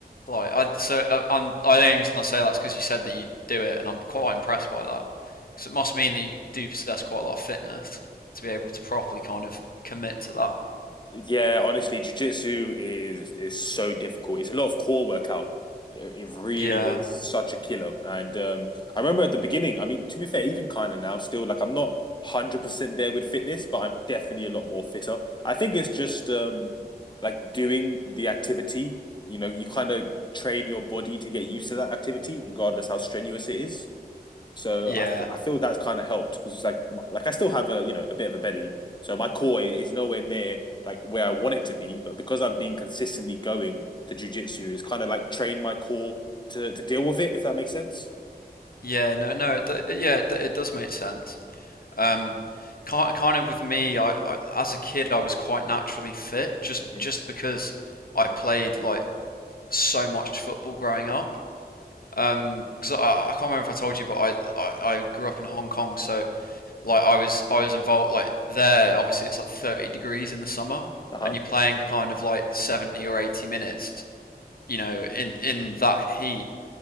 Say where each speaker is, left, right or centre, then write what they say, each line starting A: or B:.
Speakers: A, on the left (about 60°); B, on the left (about 25°).
A: Like I so I, I'm I the only reason I say that's because you said that you do it, and I'm quite impressed by that. Because it must mean that you do possess quite a lot of fitness to be able to properly kind of commit to that.
B: Yeah, honestly, jiu-jitsu is is so difficult. It's a lot of core workout. It, it really
A: Yeah,
B: is such a killer. And um, I remember at the beginning, I mean, to be fair, even kind of now still, like I'm not 100% there with fitness, but I'm definitely a lot more fitter. I think it's just um, like doing the activity, you know, you kind of train your body to get used to that activity, regardless how strenuous it is. So
A: yeah.
B: I th- I feel that's kind of helped because it's like like I still have a you know a bit of a belly, so my core is nowhere near like where I want it to be. But because I've been consistently going to jujitsu, it's kind of like trained my core to to deal with it, if that makes sense.
A: Yeah, no, no, it, do- yeah, it, do- it does make sense. Um, kind, kind of with me, I, I as a kid, I was quite naturally fit, just
B: hmm
A: just because I played like so much football growing up. Um, Because I, I can't remember if I told you, but I, I, I grew up in Hong Kong, so like I was I was involved like there. Obviously, it's like 30 degrees in the summer,
B: Uh-huh.
A: and you're playing kind of like 70 or 80 minutes, you know, in in that heat.